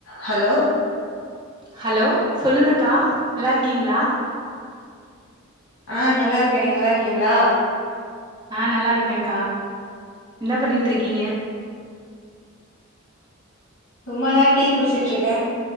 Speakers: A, on the left; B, on the right.
A: Hello
B: hello சொல்லுங்கக்கா நல்லாருக்கீங்ளா
A: ஆ நல்லாருக்கே நீங்க நல்லாருக்கீங்ளா
B: ஆ நல்லாருக்கேகா இன்ன பண்ணிட்ருக்கீங்க
A: சும்மாதா டீ குடிச்சிட்ருக்கே